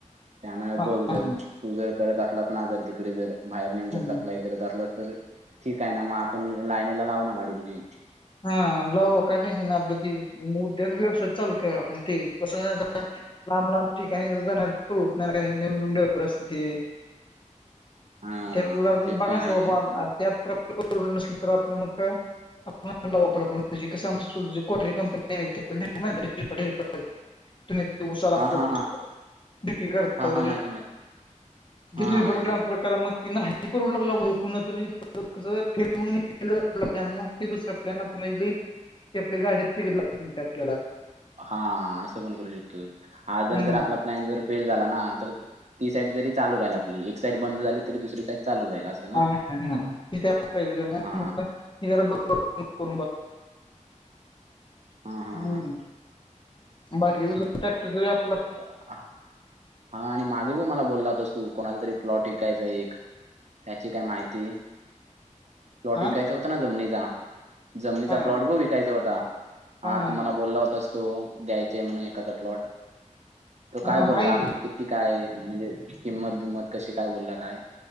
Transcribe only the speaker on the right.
त्यामुळे
बघ
जर तू जर करत असलास ना जर तिकडे जर बाहेर नेऊन
जर सप्लाय करत असलास तर ठीक आहे ना मग आपण लाईनीला लाव ना गाडी तुझी.
हा
ते
पण आहेत.
हा हा हा
हा हा माहिती आहे माहिती आहे.
हा हा
माहिती
आहे.
हा असं पण करू शकतो. हा जर
- जर आपला. प्लॅन जर फेल झाला ना तर ती साईड जरी चालू राहील आपली एक साईड बंद झाली तरी दुसरी साईड चालू राहील अस.
हा
हा हा
हा
अ <unintelligible> हा आणि मागे बि मला बोलला होतास तू, कोणाला तरी प्लॉट ईकायचा, एक. त्याची काय माहिती, प्लॉट
ईकायचा होत ना, जमनीचा. जमनीचा
प्लॉट बग विकायचा होता,
आ
तु मला बोलला होतास. तो, द्यायचा म्हणून एखादा प्लॉट, तो
काय बोलला?
किती काय, म्हणजे किंमत बिंमत कशी काय, बोलला, काय?